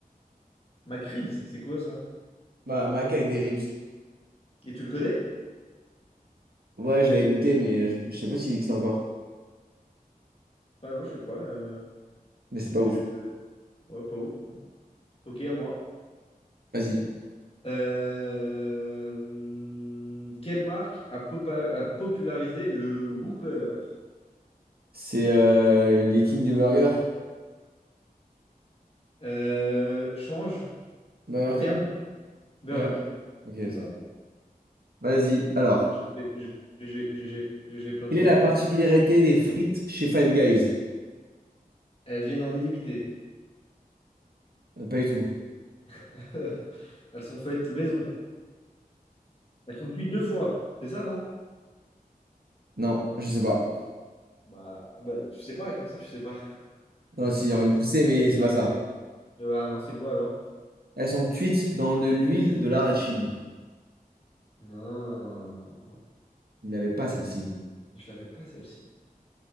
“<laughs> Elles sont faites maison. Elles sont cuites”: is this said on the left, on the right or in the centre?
Left